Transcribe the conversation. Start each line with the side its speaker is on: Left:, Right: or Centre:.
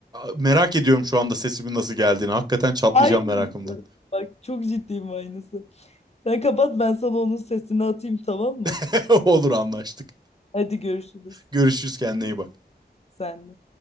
Right: merak ediyorum şu anda sesimin nasıl geldiğini. Hakikaten çatlayacağım
Left: Aynısı.
Right: merakımdan.
Left: Bak çok ciddiyim aynısı. Sen kapat ben sana onun sesini atayım tamam mı?
Right: <laughs> Olur anlaştık.
Left: Hadi görüşürüz.
Right: Görüşürüz kendine iyi bak.
Left: Sen de.